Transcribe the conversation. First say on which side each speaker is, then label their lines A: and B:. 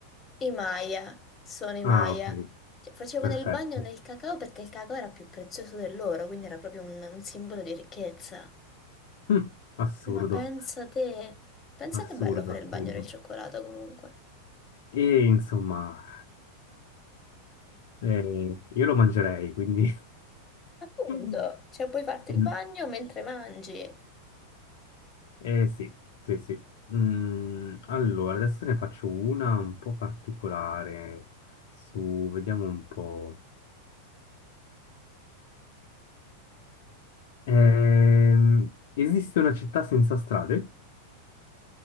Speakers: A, on the left; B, on the left.
A: I Maya, sono i Maya.
B: Ah, ok,
A: Cioè, facevano
B: perfetto.
A: il bagno nel cacao perché il cacao era più prezioso dell'oro, quindi era proprio un, un simbolo di ricchezza.
B: Mm. Assurdo,
A: Ma pensa te, pensa
B: assurdo,
A: che bello fare
B: assurdo.
A: il bagno nel cioccolato comunque.
B: E insomma. Eh, io lo mangerei, quindi...
A: Appunto,
B: <laughs>
A: cioè puoi farti
B: Mm,
A: il bagno mentre mangi.
B: Eh sì, sì, sì. Mm, allora, adesso ne faccio una un po' particolare. Su, vediamo un po'. Ehm, esiste una città senza strade,